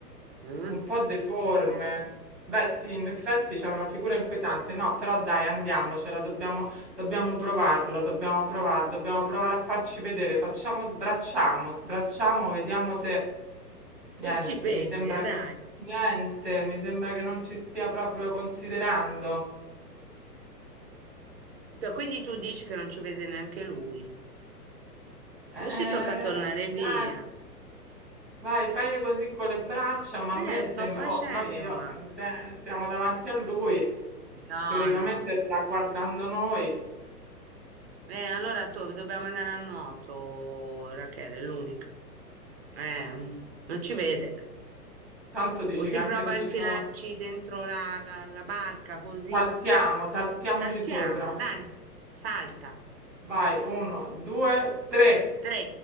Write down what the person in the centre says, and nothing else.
Un po' deforme. Beh, sì, in effetti c'è una figura inquietante. No, però dai, andiamocela, dobbiamo, dobbiamo provarlo, dobbiamo provare, dobbiamo provare a farci vedere. Facciamo, sbracciamo, sbracciamo, vediamo se...
Niente,
mi sembra
che niente, mi sembra che non ci stia proprio considerando.
Eh,
eh,
dai,
vai, fai così con le braccia, ma a
me
sembra,
oh, noi io,
eh, se- siamo davanti a lui,
teoricamente
sta guardando noi.
Tanto dici
che anche
se
ci sono,
saltiamo, saltiamoci
sopra.
Vai, uno, due, tre.